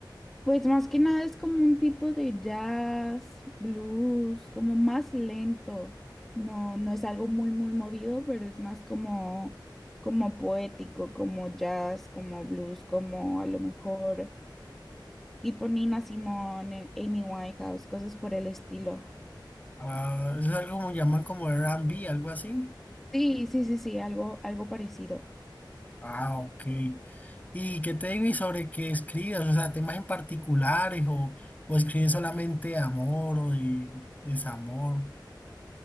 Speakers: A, in the centre; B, on the left.
A: Pues más que nada es como un tipo de jazz, blues, como más lento. No, no es algo muy, muy movido, pero es más como, como poético, como jazz, como blues, como a lo mejor. tipo Nina Simone, Amy Winehouse, cosas por el estilo.
B: Ah, eso es algo como llaman como R&B, algo así.
A: Sí, sí, sí, sí, algo, algo parecido.
B: Ah, ok. ¿Y qué te digo y sobre qué escribes? O sea, temas en particulares o, o escribes solamente de amor o de desamor.